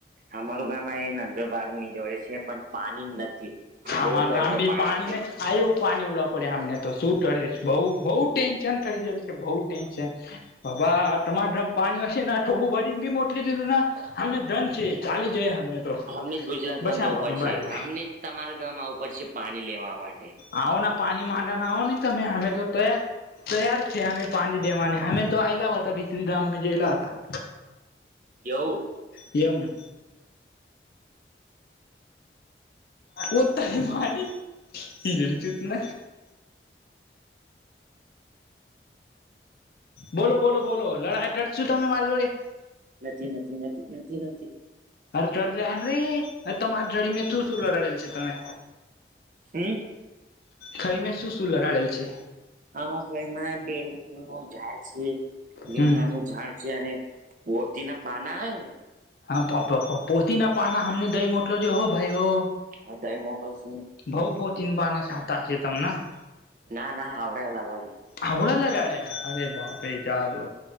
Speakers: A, on the right; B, on the left.
A: અમારું ગામ આ નંદડબાર ની જોડે છે પણ પાણી નથી બહુ
B: આમાર
A: તડકો
B: રામ બી
A: પાડે
B: પાણી
A: છે
B: ન આ એવું પાણી ઉડાવ પડે આમને તો શું ટરે બ‌ઉ બ‌ઉ ટેન્શન થઈ જશે છે બઉ ટેન્શન બાબા તમારેમ પાણી હશે થોબું ભરીને બી મોટલી દીધું અમને ધન છે ચાલી જાય અમને તો
A: અમને જ ગુજરાત
B: બસ
A: ગામ
B: આમ
A: જવું
B: પાપુન
A: પડશે
B: ભાઈ
A: આમને તમારા ગામ આવું પડશે પાણી લેવા માટે
B: આવો ના પાણી માંડા ના આવો નહી તમે અમે તો તયાર તૈયાર છે હમે પાણી દેવાને હમે તો અલા હો હતા બિચ ધામમાં જેેલા હો હતા
A: એવું
B: એમ કો ત માણી હીજ ચતના <unintelligible> બોલો બોલો બોલો લડા ટટ છું તમે મારી જોડે
A: નથી નથી નથી નથી નથી
B: અરે ચડ લ રે તમારી જડી મે તું શું લડેલ છે તમે
A: હમ
B: ખાઈ મેં શું શું લડડેલ છે
A: આમાંખો એમાં બેલ નું ઝાડ છે લીમડા
B: હમ
A: નું ઝાડ છે અને પોતી ના પાના આવે ને
B: હા પાપપ પોતી ના પાના હમને દહી મોટલોજ હો ભાઈ હો
A: હા દાઈ મોકલશો ને.
B: બઉ બહુતીન બ ના છાતા છેે તમને <unintelligible>
A: ના ના આવડે એલા ગાડી
B: થડા ના રેડ્યા અરે બાપે જા દો